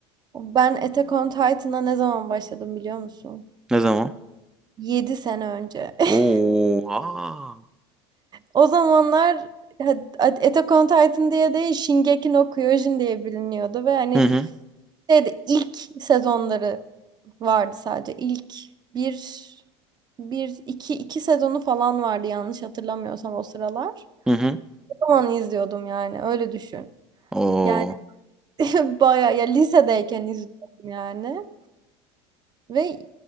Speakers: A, on the right (about 30°); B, in the centre.
A: Ben Attack on Titan'a ne zaman başladım biliyor musun?
B: Ne zaman?
A: 7 sene önce. <laughs>
B: Oo, aa.
A: O zamanlar ha- Attack on Titan diye değil Shingeki no Kyojin diye biliniyordu ve hani
B: Hı hı,
A: Şeyde ilk sezonları vardı sadece. İlk bir, bir, iki, iki sezonu falan vardı yanlış hatırlamıyorsam o sıralar.
B: hı hı.
A: O zaman izliyordum yani öyle düşün.
B: Oo.
A: Yani <laughs> bayağı ya lisedeyken izliyordum yani. Ve